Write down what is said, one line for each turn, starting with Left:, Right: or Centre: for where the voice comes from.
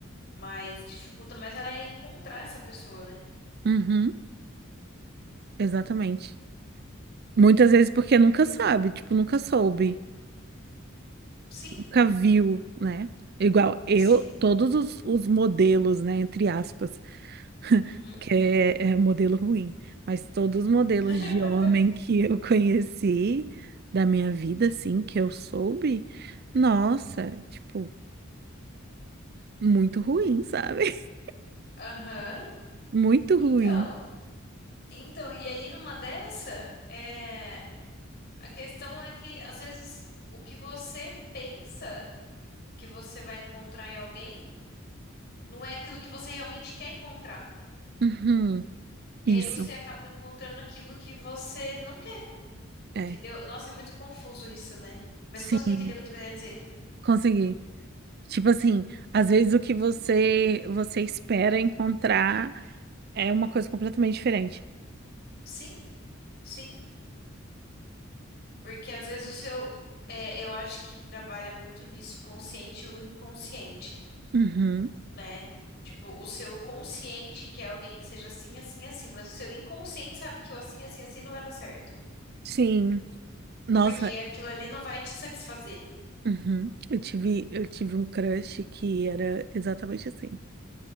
Left: Mas dificulta mais ela encontrar essa pessoa, né?
Right: Uhum. Exatamente. Muitas vezes porque nunca sabe, tipo, nunca soube,
Left: Sim,
Right: nunca viu, né? Igual eu,
Left: sim.
Right: todos os, os modelos, né, entre aspas, <laughs>
Left: Uhum.
Right: que é, é modelo ruim, mas todos os modelos
Left: <laughs>
Right: de homem que eu <laughs> conheci da minha vida, assim, que eu soube, nossa, tipo, muito ruim, sabe?
Left: Aham.
Right: <laughs> Muito
Left: Então,
Right: ruim.
Left: então, e aí numa dessa, é, a questão é que às vezes o que você pensa que você vai encontrar em alguém não é aquilo que você realmente quer encontrar.
Right: Uhum.
Left: E
Right: Isso.
Left: aí você acaba encontrando aquilo que você não quer, entendeu?
Right: É,
Left: Nossa, é muito confuso isso, né? Mas
Right: sim,
Left: você conseguiu entender o que eu tô querendo dizer?
Right: consegui. Tipo assim, às vezes o que você você espera encontrar é uma coisa completamente diferente.
Left: Sim, sim. Porque às vezes o seu, é, eu acho que trabalha muito nisso, consciente e o inconsciente,
Right: Uhum,
Left: né? Tipo, o seu consciente quer alguém que seja assim, assim, assim, mas o seu inconsciente sabe que o assim, assim, assim não vai dar certo.
Right: sim. Nossa,
Left: Porque aquilo ali não vai te satisfazer.
Right: uhum. Eu tive eu tive um crush que era exatamente assim.